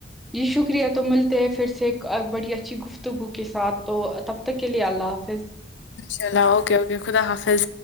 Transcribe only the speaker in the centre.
جی شکریہ تو ملتے ہے پھر سے ایک بڑی اچھی گفت گو کے ساتھ تو تب تک کے لیے اللہ حافظ